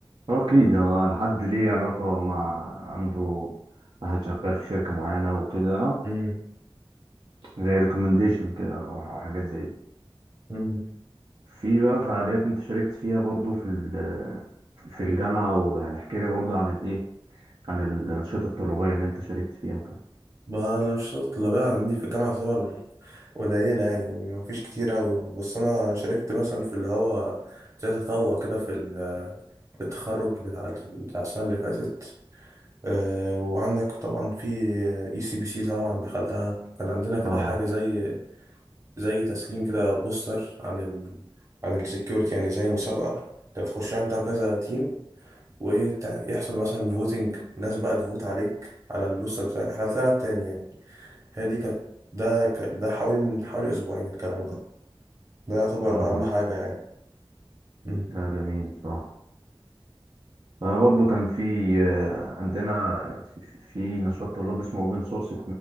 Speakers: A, on the right (about 55°); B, on the right (about 35°).
A: هو اكيد هو الحد ليه علاقة مع عنده واحد شغال في شركة معينة وكده آه،
B: امم
A: زي ريكومنديشن كده او أو حاجات زي دي
B: امم
A: في بقى فعاليات انت شاركت فيها برضو في ال- في الجامعة ويعني احكي لي برضو عن الايه عن الأنشطة الطلابية اللي انت شاركت فيها وكده
B: ما أنا مش شرط اللي بقى عندي في الجامعة تعتبر قليلة يعني ومفيش كتير أوي بس أنا شاركت مثلا في اللي هو زي تطوع كده في ال- في التخرج بتاع ال- بتاع السنة اللي فاتت آه، وعندك طبعا في اي سي بي سي طبعا دخلتها كان عندنا كده
A: اه
B: حاجة زي زي تسليم كده بوستر عن ال عن السكيورتي يعني زي مسابقة انت بتخش انت وكذا تيم ويحصل مثلا فوتنج الناس بقى تفوت عليك على البوستر بتاعك احنا طلعنا التاني يعني هي دي كانت ده ك... ده حوالي من حوالي اسبوعين الكلام ده ده يعتبر
A: اه
B: اهم حاجة يعني مم.
A: ده جميل بصراحة أنا برضو كان في آه، عندنا في, في في نشاط طلاب اسمه اوبن سورس